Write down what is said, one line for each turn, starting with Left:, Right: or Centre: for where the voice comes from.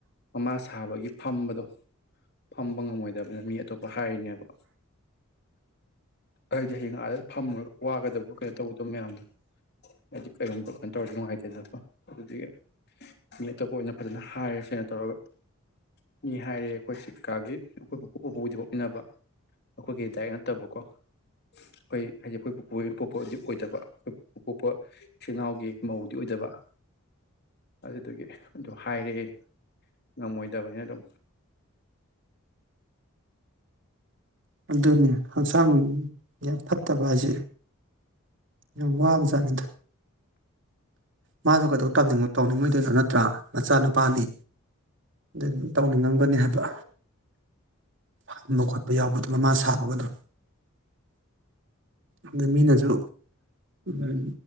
Left: ꯃꯃꯥ ꯁꯥꯕꯒꯤ ꯐꯝꯕꯗꯣ ꯐꯝꯕ ꯉꯝꯃꯣꯏ ꯗꯕꯅꯤꯅ ꯃꯤ ꯑꯇꯣꯞꯄ ꯍꯥꯏꯔꯤꯅꯦꯕ ꯑꯩ ꯗꯤ ꯍꯌꯦꯡ ꯑꯥꯗ ꯐꯝꯃꯨꯔꯒ ꯋꯥꯒꯗꯕ ꯀꯅꯣ ꯇꯧꯒꯗꯕ ꯃꯌꯥꯝꯗꯣ ꯍꯥꯏꯗꯤ ꯀꯩꯒꯨꯝꯕ ꯀꯅꯣ ꯇꯧꯔꯗꯤ ꯅꯨꯡꯉꯥꯏꯇꯦꯗꯅꯀꯣ ꯑꯗꯨꯗꯨꯒꯤ ꯂꯩꯇꯕ ꯑꯣꯏꯅ ꯑꯗꯨꯅ ꯍꯥꯏꯔꯁꯦ ꯇꯧꯔꯒ ꯃꯤ ꯍꯥꯏꯔꯦ ꯑꯩꯈꯣꯏꯁꯤ ꯀꯥꯒꯤ ꯑꯩꯈꯣꯏꯄꯨꯄꯨ ꯕꯣꯕꯣꯛꯀꯤꯗꯤꯀꯣ ꯄꯤꯅꯕ ꯑꯩꯈꯣꯏꯒꯤ <unintelligible> ꯇꯕꯀꯣ ꯈꯣꯏ ꯍꯥꯏꯗꯤ ꯑꯩꯈꯣꯏ ꯄꯨ ꯑꯣꯏ ꯌꯦ ꯄꯣꯛꯄ ꯑꯗꯨꯗꯤ ꯑꯣꯏꯗꯕ ꯄ ꯄꯣꯛꯄ ꯏꯆꯤꯟ ꯏꯅꯥꯎꯒꯤ ꯃꯧꯗꯤ ꯑꯣꯏꯗꯕ ꯑꯗ ꯑꯗꯒꯤ ꯑꯗꯣ ꯍꯥꯏꯔꯛꯑꯦ ꯉꯝꯃꯣꯏꯗꯕꯅꯤꯅ ꯑꯗꯨꯝ
Right: ꯑꯗꯨꯅꯤ ꯍꯛꯆꯥꯡ ꯌꯥꯝ ꯐꯠꯇꯕ ꯍꯥꯏꯁꯦ ꯌꯥꯝ ꯋꯥꯕꯖꯥꯠꯅꯤꯗ ꯃꯥꯅ ꯀꯩꯗꯧ ꯇꯧꯅꯤꯡꯉꯣꯏꯗꯣꯏꯅꯣ ꯅꯠꯇ꯭ꯔꯥ ꯃꯆꯥꯅꯨꯄꯥꯅꯤ ꯑꯗꯨ ꯇꯧꯅꯤꯡꯉꯝꯒꯅꯤ ꯍꯥꯏꯕ ꯐꯟꯕ ꯈꯣꯠꯄ ꯌꯥꯎꯕꯗ ꯃꯃꯥ ꯁꯥꯕꯒꯗꯣ ꯑꯗ ꯃꯤꯅꯁꯨ ꯑꯝ